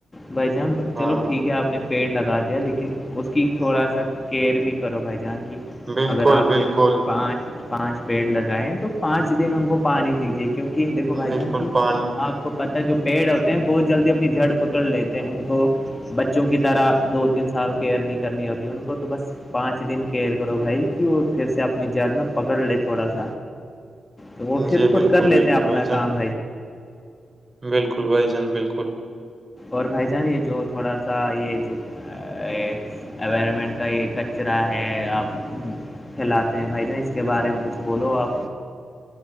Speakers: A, on the left; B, on the right.
A: بھائی جان
B: ہاں
A: چلو ٹھیک ہے آپ نے- پیڑ لگا دیا لیکن اس کی تھوڑا سا کیئر بھی کرو بھائی جان کی
B: بالکل
A: اگر آپ
B: بالکل
A: نے پانچ پانچ پیڑ لگائے تو پانچ دن ان کو پانی دیجیے کیوںکہ دیکھو بھائی
B: بالکل
A: جان کی
B: پان
A: آپ- کو پتا جو پیڑ ہوتے ہیں بہت جلدی اپنی جڑ پکڑ لیتے ہیں ان کو- بچوں کی طرح دو تین سال کیئر نہیں کرنی ہوتی ان کو تو بس- پانچ دن کیئر کرو بھائی کہ وہ پھر سے اپنی جڑ میں پکڑ لے تھوڑا سا تو وہ پھر
B: جی
A: خود
B: بالکل
A: کر لیتے
B: بالکل
A: ہیں اپنا
B: بھائی جان
A: کام
B: بالکل بھائی جان بالکل
A: اور بھائی جان یہ جو تھوڑا سا یہ جو ایوائرمنٹ کا یہ کچرا ہے آپ پھیلاتے ہیں بھائی جان اس کے بارے میں کچھ بولو آپ